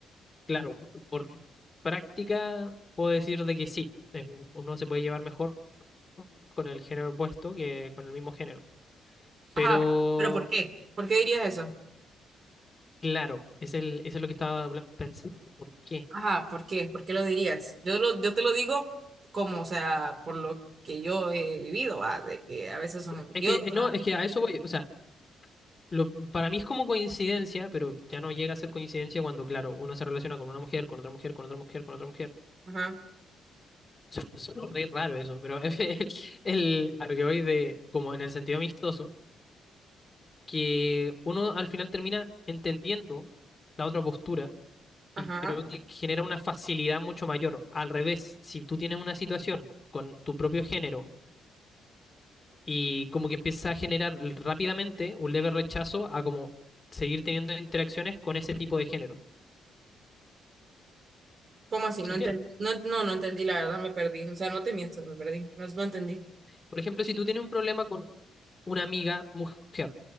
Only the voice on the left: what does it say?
claro, por práctica puedo decir de que sí, em, uno se puede llevar mejor con el género opuesto que con el mismo género. Pero,
claro, es el, eso es lo que estaba habla- pensando. ¿Por qué?
Es que, eh, no, es que a eso voy, o sea. Lo, para mí es como coincidencia, pero ya no llega a ser coincidencia cuando, claro, uno se relaciona con una mujer, con otra mujer, con otra mujer, con otra mujer.
<laughs> Es re raro eso, pero <laughs> el, el, a lo que voy de, como en el sentido amistoso, que uno al final termina entendiendo la otra postura
y creo que genera una facilidad mucho mayor. Al revés, si tú tienes una situación con tu propio género y como que empieza a generar rápidamente un leve rechazo a como seguir teniendo interacciones con ese tipo de género.
¿Se
entiende?
Por ejemplo, si tú tienes un problema con una amiga mujer